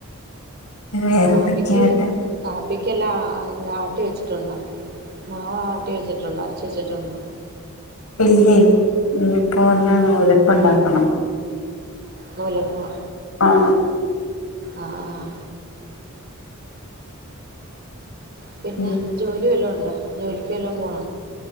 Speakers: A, on the left; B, on the right.
A: വേറെന്തൊക്കെയാട്ട്
B: വാപ്പയ്ക്ക് കാപ്പിക്കെല്ലാം അതിന്ത ആട്ടി വെച്ചിട്ടുണ്ടോ, മാവാട്ടി വെച്ചിട്ടുണ്ടോ, അരച്ച് വെച്ചിട്ടുണ്ടോ?
A: ഇല്ലേ ഇന്ന്പ്പോ ഇന്ന് നൂലപ്പം ഉണ്ടാക്കണം
B: നൂലപ്പോ
A: ആഹ്
B: ആഹ് ആഹ് പിന്നെ
A: ഉം
B: ജോലി വല്ലാം ഉണ്ടോ ജോലിക്ക് വല്ലാം പോണ?